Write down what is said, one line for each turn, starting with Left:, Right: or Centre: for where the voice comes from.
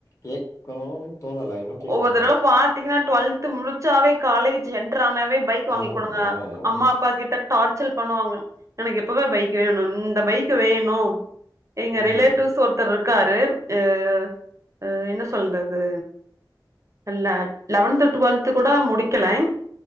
Left: கேட்கணுன் தோணல இன்னு கேக்கல
Right: ஒவ்வொரு தறவ
Left: நானு
Right: பாத்தீங்கன்னா ட்வெல்த் முடிச்சாவே காலேஜ் என்ட்ரு ஆனாவே பைக் வாங்கி
Left: ஆமா
Right: குடுங்க
Left: ஆமா வாங்குவோ வாங்குவோ
Right: அம்மா அப்பா கிட்ட டார்ச்சல் பண்ணுவாங்க எனக்கு இப்பவே பைக் வேணுன் இந்த பைக் வேணு எங்க
Left: ம்
Right: ரிலேட்டிவ்ஸ் ஒர்த்தர் ருக்காரு ஆ ஆ என்ன சொல்றது இல்ல லெவன்த் டுவெல்த்து கூட முடிக்கலைங்